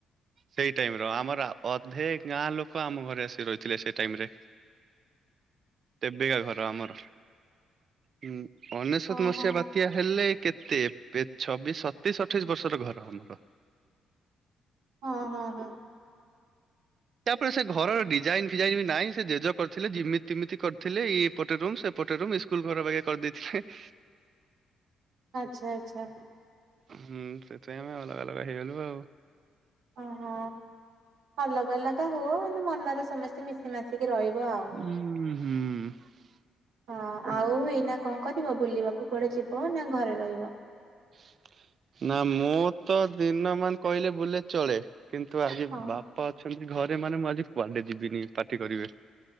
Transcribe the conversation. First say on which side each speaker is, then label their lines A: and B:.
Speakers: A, on the right; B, on the right.
A: ସେଇ ଟାଇମର ଆମର ଅଧେ ଗାଁଲୋକ ଆମ ଘରେ ଆସି ରହିଥିଲେ ସେଇ ଟାଇମରେ ତେବେକା ଘର ଆମର। ହଁ ଅନେଶତ
B: ଓହୋ।
A: ମସିହା ବାତ୍ୟା ହେଲେ କେତେ ଛବିଶ ତେଇଶ ଅଠେଇଶ ବର୍ଷର ଘର ଆମର।
B: ହଁ ହଁ ହଁ।
A: ତାପରେ ସେ ଘରର ଡିଜାଇନ ଫିଜାଇନ ବି ନହିଁ ସେ ଜେଜକ କରିଥିଲେ ଯେମିତିମିତି କରିଥିଲେ ଏଇ ଏପଟେ ରୁମ ସେପଟେ ରୁମ ସ୍କୁଲଘର ବାଗେ କରିଦେଇଥିଲେ। <inaudible>
B: ଆଚ୍ଛା ଆଚ୍ଛା
A: ହୁଁ ସେଥିପାଇଁ ଆମେ ଅଲଗା ଅଲଗା ହେଇଗଲୁ ଆଉ।
B: ଅହୋ ଅଲଗା ଅଲଗା ହୁଅ ମାନେ ମନରେ ସମସ୍ତେ କି ମିଶିମାଶିକି ରହିବ ଆଉ।
A: ଉଁ ହୁଁ।
B: ହଁ ଆଉ ଏଇନା କଣ କରିବ ବୁଲିବାକୁ କୁଆଡ଼େ ଯିବ ନା ଘରେ ରହିବ?
A: <inaudible> ନା ମୁଁ ତ ଦିନ ମାନ କହିଲେ ବୁଲେ ଚଳେ। କିନ୍ତୁ ଆଜି
B: ହଁ।
A: ବାପା ଅଛନ୍ତି ଘରେ ମାନେ ମୁଁ ଆଜି କୁଆଡେ ଯିବିନି ପାଟି କରିବେ।